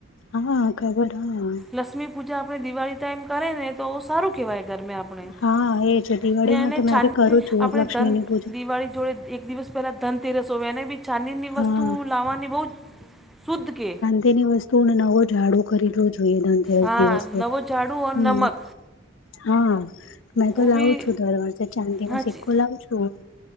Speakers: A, on the left; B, in the centre.
A: હા ખબર હાઅ.
B: લક્ષ્મી પૂજા આપણે દિવાળી ટાઈમ કરે ને તો સારું કહેવાય. ઘરમા આપણે..
A: હા એજ દિવાળીમાં તો મેં
B: ચાંદ
A: બી કરું છું
B: આપણે
A: લક્ષ્મીની
B: ધન
A: પૂજા
B: દિવાળી જોડે એક દિવસ... પહેલા ધનતેરસ હોય. એને બી ચાંદી ની
A: હા
B: વસ્તુ લાવવાની બહુ શુદ્ધ કે,
A: ચાંદી ની વસ્તુને નવો ઝાડુ ખરીદવો જોઈએ. ધનતેરસ
B: હા
A: દિવસ તો,
B: નવો ઝાડુ ઓર
A: હમ....
B: નમક
A: હા, મેં તો
B: ઓ
A: લાવું
B: બી
A: છું. દર વર્ષે ચાંદી નો
B: હાચી
A: સિક્કો લાવુ છું.